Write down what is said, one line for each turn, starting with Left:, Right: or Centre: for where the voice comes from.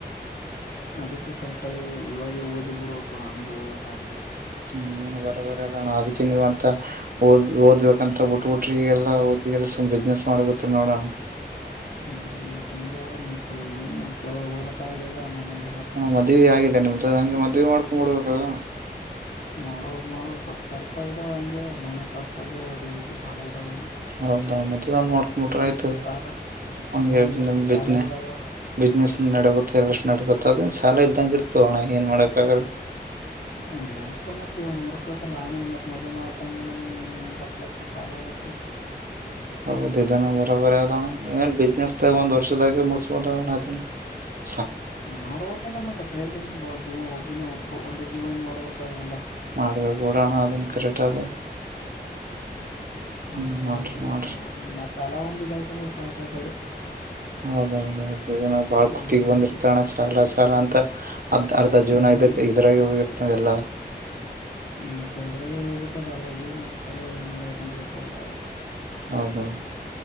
Left: ಅದಕ್ಕೆ ಕರೆಕ್ಟಾಗಿ ಇವಾಗ ಓದಿ ಬಿಡಬೇಕು ಆಮೇಲೆ ಓದೋಕ್ಕ ಆಗಲ್ಲ
Right: ಹ್ಮ್ೆ ವರ ವರ ಅದ ಆದ ನೀವ್ ಅಂತ ಓದ್ ಓದ್ಬೇಕಂತ ಬಿಟ್ಬುಟ್ರ ಈಗಲ್ಲ ಓದ ಸ್ ಬಿಸ್ನೆಸ್ ಮಾಡ ಗೊತ್ತ ನೋಡೋಣ
Left: ಹ್ಮ್ ಮತ್ತ ಹಂಗಗೆ ಆ ಮತವ ಏನ್ ಮಾಡ್ತವಾಗ ಹೋದಕ್ಕಾಗಲಲ್ಲ ಮನ್ಯಾಗ
Right: ಹಾ ಮದುವ ಆಗಿದೆ ನಿಮ್ದ ಹಂಗೆ ಮದ್ವಿ ಮಾಡ್ಕೊಂಡ್ಂಬ ಬಿಡ್ಬೇಕಲ್
Left: ಮಾಡುವಾಗ ಮಾಡುವಾಗ ಸ್ವಲ್ಪ ಕೆಲ್ಸ ಇದಾವ ಹಂಗೆ ಮನೆ ಕಟ್ಸೋದು ಅದು ಇದು ಬಾಳ ಇದಾವ ಇನ್ನು
Right: ಹೌದಾ ಮದ್ವೆ ಒಂದ್ ಮಾಡ್ಕೊಂಬಿಟ್ರ ಆಯ್ತು
Left: ಸಾಲ
Right: ಹಗೆ
Left: ಇನ್ನೊಂದಿಷ್ಟು
Right: ನಿಮ್
Left: ಸಾಲ
Right: ಬ್
Left: ಇದಾವ
Right: ಬಿಸ್ನೆಸ್ ನಡಗುತ್ತೆ ಎಲ್ಲಷ್ಟು ನಡಗುತ್ತ ಅದ ಚಾಲ ಇದ್ದಂಗರ್ತ ಅಣ ಏನ್ ಮಾಡಕ್ ಆಗಲ್
Left: ್ ಇಡ್ತ ಮತ್ತ ಇವ ಮುರ್ಸ್ಬೇಕಲ್ಲ ಆಮೇಲೆ ಮತ್ತತ್ ಮದುವೆ ಮಾಡ ಟೈಮಗ ಇನ್ನು ಎಂಟತ್ತು ಲಕ್ಷ ಸಾಲ ಆಗುತ್ತ
Right: ಹೌದ ಇದನ್ನು ಬರೋಬರಿ ಅದಣ್ಣ ಏನ್ ಬಿಸ್ನೆಸ್ ತ ಒಂದ್ ವರ್ಷದಾಗಿ ಮುಡ್ಸ್ಬೋದಣ ಹ
Left: ಮಾಡ್ಬೇಕಲ್ಲ ಮತ್ತ ಕೈಲಿಂದ ಜೀವ ಒಬ್ಬನೇ ಒಬ್ಬ ಒಂದೇ ಜೀವನ್ ಮಾಡ್ಬೇಕ ಎಲ್ಲ
Right: ಮಾಡ್ಬೇಕು ೂಡೋಣ ಅದನ್ ಕ್ರಟ್ ಅದ ಹ್ಮ್
Left: ಅದು ಸಲ
Right: ಮಾಡ್ರಿ ಮಾಡ್ರಿ
Left: ನ್ ಸಾಲ ಒಂದ ಇದಾಯ್ತ ಅಂದ್ರ ಸಾಕ ಕಡೆ
Right: ಹೌದೌದೌದು ಇದನ್ನ ಬಾಳ
Left: ಹ್ಮ್
Right: ಕತಿಿಗೆ ಬಂದಿರ್ತಣ ಸಾಲ ಸಾಲ ಅಂತ ಅರ್ಧ ಅರ್ಧ
Left: ಹ್ಮ್
Right: ಜೀನ್ ಕ್ಕೆ ಇದರಾಗ ಹೋಗಿರ್ತದೆ ಎಲ್ಲ
Left: ಹ್ಮ್ ಮತ್ತೆ ಅದ್ರಾಗ ಹೋಗ್ಬ ಬಿಟ್ಟದ ಅರ್ ಜೀವನ ಒ ಸಲಹ ಏ ಮಾಡ್ಬೇಕಂತ ಗೊತ್ತಾಯಲ್ಲ ಆಯ
Right: ಹೌದೌದು